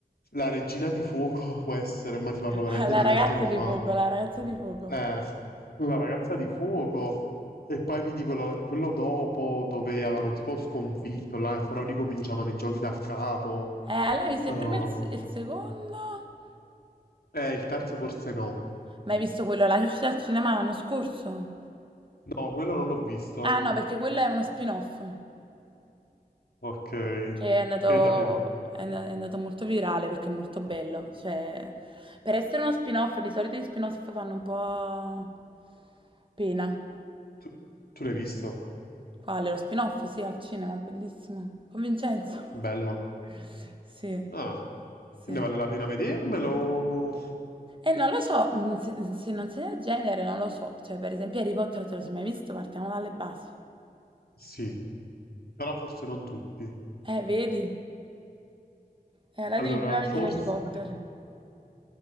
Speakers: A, on the left (about 75°); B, on the right (about 35°).
A: La Regina di Fuoco <laughs> può essere, ma ti parlo
B: <laughs>
A: veramente
B: La
A: di
B: ragazza
A: tanti anni
B: di
A: fa.
B: fuoco, la ragazza di fuoco.
A: Eh, la ragazza di fuoco. E poi vidi quello, quello dopo dove avevano tipo sconfitto là, e però ricominciavano i giochi da capo.
B: Eh, allora hai visto
A: Oh,
B: il primo e il, se- il secondo?
A: eh, il terzo forse no.
B: Ma hai visto quello alla uscita al cinema l'anno scorso?
A: No, quello non l'ho visto.
B: Ah no, perché quello è uno spin-off
A: Ok.
B: che è andato,
A: E da deve-
B: è and- è andato molto virale perché è molto bello. Cioè, per essere uno spin-off, di solito gli spin-off fanno un po' pena.
A: Tu, tu l'hai visto?
B: Quale? Lo spin-off? Sì, al cinema, bellissimo. Con Vincenzo.
A: Bello.
B: <laughs> Sì,
A: Ah,
B: sì.
A: e ne vale la pena vedermelo?
B: E non lo so, mm, se, se non sei del genere, non lo so. Cioè, per esempio Harry Potter, te lo sei mai visto? Partiamo dalle basi.
A: Sì, però forse non tutti.
B: Eh, vedi? Eh, la
A: Allora,
B: devi prima vedere
A: forse.
B: Harry Potter.